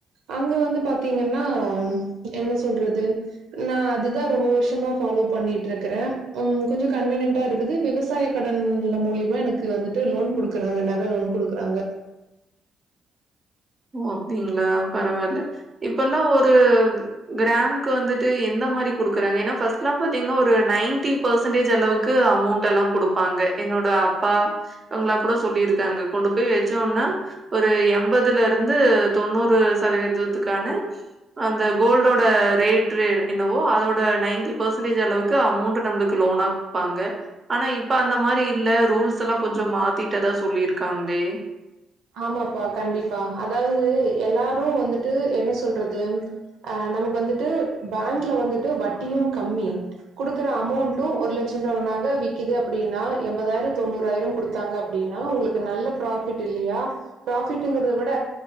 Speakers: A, on the right; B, on the right.
A: அங்க வந்து பாத்தீங்கன்னா என்ன சொல்றது நா அதுதா ரொம்ப வருஷமா ஃபாலோ பண்ணிட்டு இருக்கறே ம் கொஞ்சோ கன்வீனியன்டா இருக்குது விவசாய கடன் மூலியமா எனக்கு வந்துட்டு லோன் குடுக்கறாங்க நக லோன் குடுக்கறாங்க
B: ஓ அப்டிங்களா பரவாயில்ல இப்பல்லா ஒரு கிராக்கு வந்துட்டு எந்த மாறி குடுக்கறாங்க ஏன்னா ஃபர்ஸ்ட்ல்லா பாத்தீங்கன்னா ஒரு நைன்டி பர்சன்டேஜ் அளவுக்கு அமௌண்ட் எல்லா குடுப்பாங்க என்னோட அப்பா அவங்களா கூட சொல்லியிருக்காங்க கொண்டு போயி வெச்ச உட்னே ஒரு எம்ப துல இருந்து தொண்ணூறு சதவீதத்துக்கான அந்த கோல்டோட ரேட் ரே என்னவோ அதோட நைன்டி பர்சன்டேஜ் அளவுக்கு அமௌண்ட் நம்மளுக்கு லோனா குடுப்பாங்க ஆனா இப்ப அந்த மாறி இல்ல ரூல்ஸ் எல்லா கொஞ்சோ மாத்திட்டதா சொல்லியிருக்காங்களே
A: ஆமாப்பா கண்டிப்பா அதாவது எல்லாரு வந்துட்டு என்ன சொல்றது ஆ நமக்கு வந்துட்டு பேங்க்ல வந்துட்டு வட்டியு கம்மி குடுக்குற அமௌண்ட்டு ஒரு லட்ச ரூபா நக விக்குது அப்டின்னா எண்பதாயிர தொண்ணூறாயிர குடுத்தாங்க அப் அப்டின்னா உங்களுக்கு நல்ல பிராபிட் இல்லியா பிராவிட்ங்கறத விட